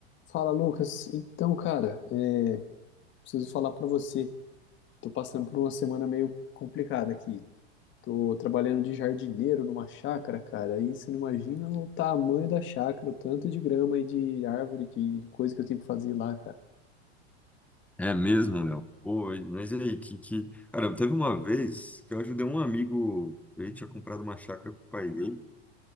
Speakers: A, on the left (about 35°); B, in the centre.
A: Fala, Lucas. Então, cara, é, preciso falar pra você. Tô passando por uma semana meio complicada aqui. Tô trabalhando de jardineiro numa chácara, cara. E você não imagina o tamanho da chácara, o tanto de grama e de árvore, de, de coisa que eu tenho que fazer lá, cara.
B: É mesmo, Léo? Pô, e- mas e aí, que, que... Cara, teve uma vez que eu ajudei um amigo, ele tinha comprado uma chácara pro pai dele,